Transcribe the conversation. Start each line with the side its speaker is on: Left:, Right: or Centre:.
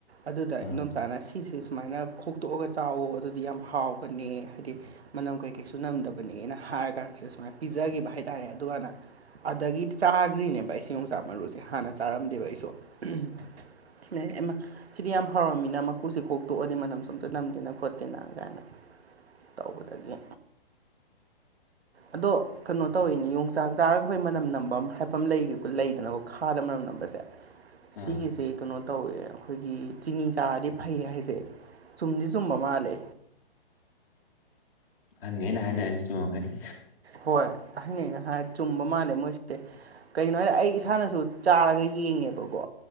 Right: ꯑꯗꯨꯗ
Left: ꯑꯥ
Right: ꯏꯗꯣꯝꯆꯥꯥꯅ ꯁꯤꯁꯦ ꯁꯨꯃꯥꯏꯅ ꯈꯣꯛꯇꯣꯛꯑꯒ ꯆꯥꯎꯋꯣ ꯑꯗꯨꯗꯤ ꯌꯥꯝ ꯍꯥꯎꯕꯅꯦ ꯍꯥꯏꯗꯤ ꯃꯅꯝ ꯀꯩꯀꯩꯁꯨ ꯅꯝꯗꯕꯅꯦꯅ ꯍꯥꯏꯔ ꯀꯥꯟꯁꯤꯗ ꯁꯨꯃꯥꯏꯅ ꯄꯤꯖꯒꯤꯕ ꯍꯥꯏꯇꯥꯔꯦ ꯑꯗꯨꯒꯥꯟꯅ ꯑꯗꯒꯤ ꯆꯥꯒ꯭ꯔꯤꯅꯦꯕ ꯑꯩꯁꯤ ꯌꯣꯡꯆꯥꯛ ꯃꯔꯨꯁꯦ ꯍꯥꯟꯅ ꯆꯥꯔꯝꯗꯦꯕ ꯑꯩꯁꯨ ꯎꯝ ꯃꯦ ꯑꯦꯃꯥ ꯁꯤꯗꯤ ꯌꯥꯝ ꯍꯥꯎꯔꯝꯃꯤꯅ ꯃꯀꯨꯁꯤ ꯈꯣꯛꯇꯣꯛꯑꯗꯤ ꯃꯅꯝ ꯁꯨꯝ ꯑꯝꯇ ꯅꯝꯗꯦꯅ ꯈꯣꯠꯇꯦꯅ ꯀꯥꯏꯅ ꯇꯧꯕꯗꯒꯤ ꯑꯗꯣ ꯀꯩꯅꯣ ꯇꯧꯋꯤꯅꯤ ꯌꯣꯡꯆꯥꯛ ꯆꯥꯔꯒ ꯑꯈꯣꯏ ꯃꯅꯝ ꯅꯝꯕ ꯍꯥꯏꯄꯝ ꯑꯃ ꯂꯩꯒꯦꯀꯣ ꯂꯩꯗꯅꯀꯣ ꯈꯥꯗꯅ ꯃꯅꯝ ꯅꯝꯕꯁꯦ
Left: ꯑꯥ
Right: ꯁꯤꯒꯤꯁꯤ ꯀꯩꯅꯣ ꯇꯧꯋꯦ ꯈꯣꯏꯒꯤ ꯆꯤꯅꯤ ꯆꯥꯗꯤ ꯐꯩ ꯍꯥꯏꯁꯦ ꯆꯨꯝꯗꯤ ꯆꯨꯝꯕ ꯃꯥꯜꯂꯦ
Left: ꯑꯍꯟꯒꯩꯅ ꯍꯥꯏꯅꯔꯗꯤ ꯆꯨꯝꯃꯝꯒꯅꯤ
Right: ꯍꯣꯏ ꯑꯍꯟꯒꯩꯅ ꯍꯥꯏ ꯆꯨꯝꯕ ꯃꯥꯜꯂꯦ ꯃꯣꯏꯁꯦ ꯀꯩꯒꯤꯅꯣ ꯍꯥꯏ ꯑꯩ ꯏꯁꯥꯅꯁꯨ ꯆꯥꯔꯒ ꯌꯦꯡꯉꯦꯕꯀꯣ